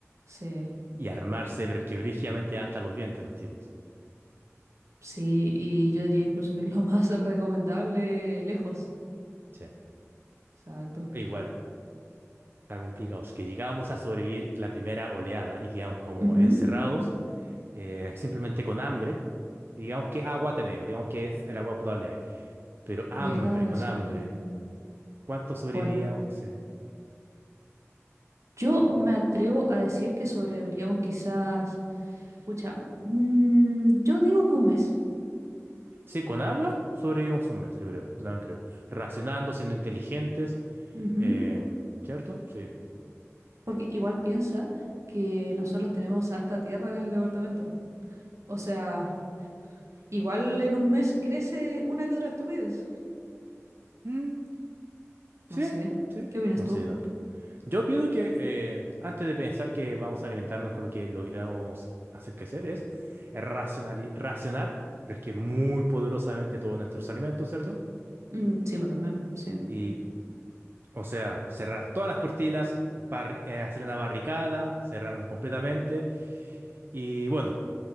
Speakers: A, on the right; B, on the right.
A: Sí,
B: Y armarse, pero es que brígidamente hasta los dientes los tipos.
A: sí, y yo diría incluso que es lo más <laughs> recomendable lejos.
B: Che.
A: Exacto.
B: Igual, está complicado. Es que llegábamos a sobrevivir la primera oleada y quedamos como
A: Ujú,
B: encerrados, eh, simplemente con hambre. Digamos que agua tenemos, digamos que es el agua potable hay. Pero hambre,
A: ¿Verdad?
B: con
A: Sí.
B: hambre. ¿Cuánto sobreviviríamos
A: Bueno,
B: hace?
A: yo me atrevo a decir que sobreviviríamos quizás, pucha, mm, yo digo que un mes.
B: Sí, con agua sobrevivimos un mes, yo creo. Yo también creo. Racionando, siendo inteligentes.
A: Ujú,
B: eh, ¿cierto? Sí.
A: Porque igual piensa que nosotros tenemos harta tierra en el departamento. O sea... Igual en un mes crece una que otra estupidez.
B: Mm,
A: No
B: sí,
A: sé.
B: sí.
A: ¿Qué opinas
B: No
A: tú?
B: sé yo tampoco. Yo opino que eh, antes de pensar que vamos a alimentarnos con lo que logramos hacer crecer, es racionali- racionar, pero es que muy poderosamente todos nuestros alimentos, ¿cierto?
A: Mm, sí, pues también, sí.
B: Y, o sea, cerrar todas las cortinas, barri- eh, hacer una barricada, cerrarnos completamente. Y bueno.